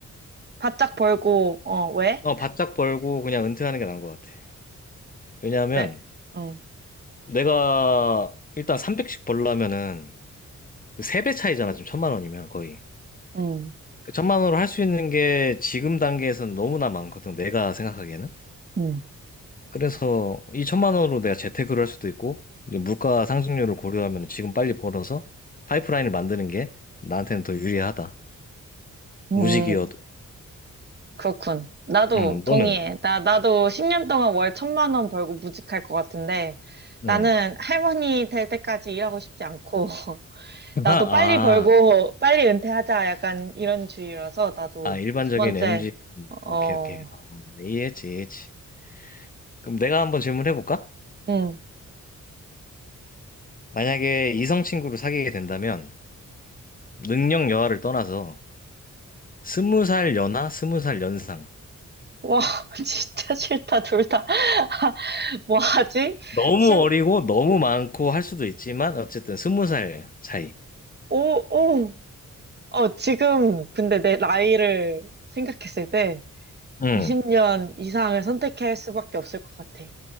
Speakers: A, on the right (about 35°); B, on the left (about 30°).
A: 바짝 벌고, 어, 왜?
B: 어, 바짝 벌고 그냥 은퇴하는 게 나은 것 같아. 왜냐하면
A: 왜? 응,
B: 내가 일단 300씩 벌려면은 3배 차이잖아, 지금 천만 원이면 거의.
A: 응,
B: 그 천만 원으로 할 수 있는 게 지금 단계에서는 너무나 많거든, 내가 생각하기에는.
A: 응.
B: 그래서 2천만 원으로 내가 재테크를 할 수도 있고 이제 물가 상승률을 고려하면 지금 빨리 벌어서 파이프라인을 만드는 게 나한테는 더 유리하다.
A: 음,
B: 무직이어도.
A: 그렇군. 나도
B: 음,
A: 동의해.
B: 너는?
A: 나, 나도 10년 동안 월 천만 원 벌고 무직할 것 같은데 나는
B: 음.
A: 할머니 될 때까지 일하고 싶지 않고 <laughs>
B: <laughs>
A: 나도
B: 아,
A: 빨리 벌고
B: 아,
A: 빨리 은퇴하자 약간 이런 주의라서 나도
B: 아, 일반적인
A: 두 번째,
B: m 지
A: 어,
B: 오케이, 오케이. 어, 이해했지, 이해했지. 그럼 내가 한번 질문해볼까?
A: 응
B: 만약에 이성 친구를 사귀게 된다면 능력 여하를 떠나서 스무 살 연하, 스무 살 연상.
A: 와, <laughs> 진짜 싫다, 둘 다. <laughs> 뭐 하지?
B: 너무
A: 심,
B: 어리고 너무 많고 할 수도 있지만 어쨌든 스무 살 차이.
A: 오, 오. 어, 지금, 근데 내 나이를 생각했을 때
B: 음.
A: 20년 이상을 선택할 수밖에 없을 것 같아.